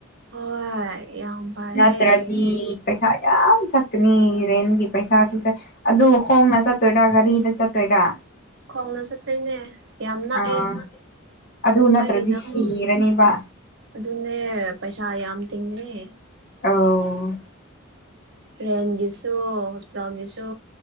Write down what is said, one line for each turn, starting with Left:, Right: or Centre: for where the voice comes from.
Right: ꯍꯣꯏ ꯌꯥꯝ ꯐꯔꯦ
Left: ꯅꯠꯇ꯭ꯔꯖꯤ ꯄꯩꯁꯥ ꯌꯥꯝ ꯆꯠꯀꯅꯤ ꯔꯦꯟꯒꯤ ꯄꯩꯁꯥꯁꯨꯁ ꯑꯗꯨ ꯍꯣꯝꯅ ꯆꯠꯇꯣꯏꯔꯥ ꯒꯥꯔꯤꯗ ꯆꯠꯇꯣꯏꯔꯥ
Right: ꯈꯣꯡꯅ ꯆꯠꯇꯣꯏꯅꯦ ꯌꯥꯝ ꯂꯥꯛꯑꯦ
Left: ꯑꯥ
Right: ꯑꯩꯣꯏꯒꯤꯗ
Left: ꯑꯗꯨ ꯅꯠꯇ꯭ꯔꯗꯤ ꯁꯤꯔꯅꯤꯕ
Right: ꯑꯗꯨꯟꯅꯦ ꯄꯩꯁꯥ ꯌꯥꯝ ꯇꯦꯡꯤꯡꯅꯤ
Left: ꯑ
Right: ꯔꯦꯟꯒꯤꯁꯨ ꯍꯣꯁꯄꯤꯇꯥꯜꯒꯤꯁꯨ